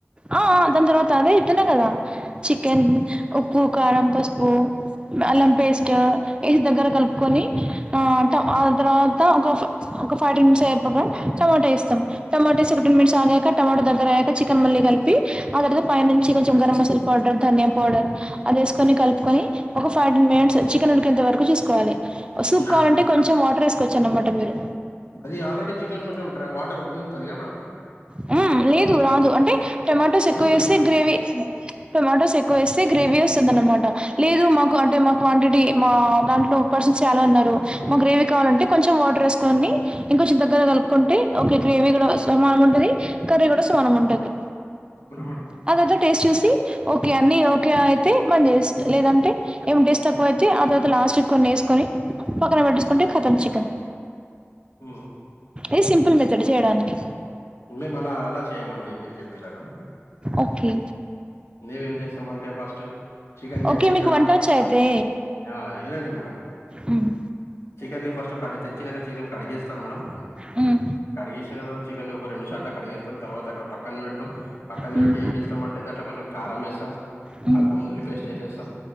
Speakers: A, on the right; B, on the left.
A: ఆ ఆ దాని తర్వాత అదే ఇద్దన్నా కదా చికెన్ ఉప్పు కారం పసుపు అల్లం పేస్ట్ ఇవి దగ్గరకు కలుపుకొని ఆ ఆ తర్వాత ఒక ఒక ఫార్టీ మిట్స్ అయిపోక టమాట ఏస్తాం టమాట సూడుటీన్ మిట్స్ ఆగక టమాట దగ్గర అయ్యాక చికెన్ మళ్ళీ కలిపి ఆ తర్వాత పై నుంచి కొంచెం గరం మసాలా పౌడర్ ధనియా పౌడర్ అది వేసుకొని కలుపుకొని ఒక ఫైర్టీన్ మినిట్స్ చికెన్ ఉడికేంత వరకు చూసుకోవాలి సూప్
B: మేడం
A: కావాలంటే కొంచెం వాటర్ వేసుకోవచ్చు అన్నమాట మీరు
B: అది ఆల్రెడీ చికెన్ కొంచెం వాటర్ వదులుతది గా మేడం
A: హ్మ్. లేదు రాదు అంటే టొమాటోస్
B: ఎదులుతది
A: ఎక్కువ వేస్తే
B: మేడం
A: గ్రేవీ టొమాటోస్ ఎక్కువ వేసు చే గ్రేవీ వస్తుంది అన్నమాట లేదు మాకు అంటే మా క్వాంటి టి మా దాంట్లో ఉప్పర్ సీన్స్ చాలా ఉన్నారు మా గ్రేవీ కావాలంటే కొంచెం వాటర్ వేసుకొండి ఇంకావచ్చుద ఉత్తగా కలుపుకుంటే ఓకే గ్రేవీ కూడా సమానం ఉంటది కర్రీ కూడా సమానం ఉంటది
B: అవునా మేడం
A: అ తరువాత టేస్ట్ చూసి ఓకే అన్ని ఓకే అయితే బన్ జెస్ లేదంటే ఏమ్ టెస్ట్ తక్కువ అయితే ఆ తర్వాత లాస్ట్ కు కొన్ని వేసుకొని పక్కన పెట్టేసుకుంటే కతం చికెన్
B: ఊ
A: ఈ సింపుల్ మెథడ్ చేయడానికి
B: మేము అలా అలా చేయమండి మీరు చెప్పేలాగా
A: ఓకే
B: మీ ఏమ్ చేస్తామంటే ఫస్ట్ చికెన్ తెసేసామంటే
A: ఓకే మీకు వంటొచ్చా అయితే?
B: ఆ ఇనండి మేడం
A: హ్మ్.
B: చికెన్ ను ఫస్ట్ కడు తెచ్చినంకా చికెన్ కడిగేస్తాం మేడం
A: హ్మ్
B: కడిగేసినా కదా చికెన్ ఒక రెండు సార్లా కడిగేసు తోన్ తర్వాత అక్కడ పక్కన పెడతాం పక్కన
A: హ్మ్
B: పెట్టి ఏం చేస్తా అంటే దాంట్లో కొంచెం కారం వేస్తాం
A: హ్మ్
B: అల్లం ఉల్లి పేస్ట్ వేసేస్తాం